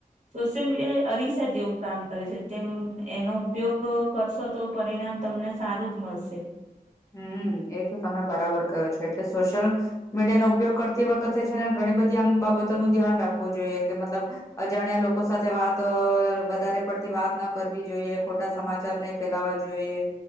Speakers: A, on the right; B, on the left.
A: સોશિયલ મીડિયા એ અરીસા જેવું કામ કરે છે તેમ એનો ઉપયોગ કરશો તો પરિણામ તમને સારું જ મળશે
B: હમ્મ એ તો તમે બરાબર કયો છો એટલે સોશિયલ મીડિયાનો ઉપયોગ કરતી વખતે છે ને ઘણી બધી આમ બાબતોનું ધ્યાન રાખવું જોઈએ કે મતલબ અજાણ્યા લોકો સાથે વાત વધારે પડતી વાત ના કરવી જોઈએ ખોટા સમાચાર નહી ફેલાવા જોઈએ